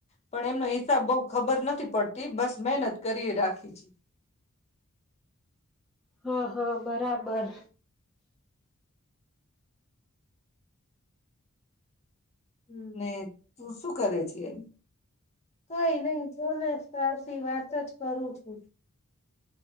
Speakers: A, on the left; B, in the centre.
A: પણ એમનો હિસાબ બહુ ખબર નથી પડતી બસ મહેનત કરી રાખી છે.
B: હા હા બરાબર. બર.
A: હ ને તું શું કરે છે એમ કઈ નહી જોને તારી વાત જ કરું છું.